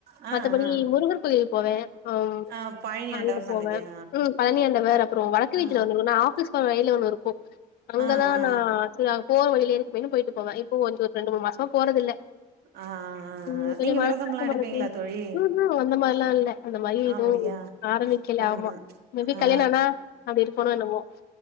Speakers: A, on the right; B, on the left.
A: ஆ
B: மத்தபடி
A: ஆ
B: முருகன் கோயில் போவே அ
A: ஆ பழனி
B: அங்க
A: ஆண்டவர் சன்னதியா
B: போவே ம் பழனியாண்டவர் அப்புறம் வடக்கு வீட்ல
A: ஆ
B: <unintelligible> ஆஃபீஸ் போற வழியில ஒண்ணு இருக்கு அங்கதா
A: ஆ ஆ ஆ
B: நா ஆக்சுல போற வழிலயே பேய்னு போயிட்டு போவே இப்போ ஒரு ரெண்டு மூணு மாசமா போறதில்ல
A: ஆ ஆ
B: ம் கொஞ்சோ
A: நீங்க
B: மனசு
A: வெரதம்ல்லா
B: கஷ்டமா
A: எடுப்பீங்களா
B: இருக்கு
A: தோழி.
B: ம்ஹும் அந்த மாரிலா இல்ல அந்த மாரி எதுவு
A: அப்டியா
B: ஆரம்பிக்கல.
A: ஆ ஆ
B: ஆமா மேபி
A: ஆ
B: கல்யாணம் ஆனா அது இருப்பேனோ என்னமோ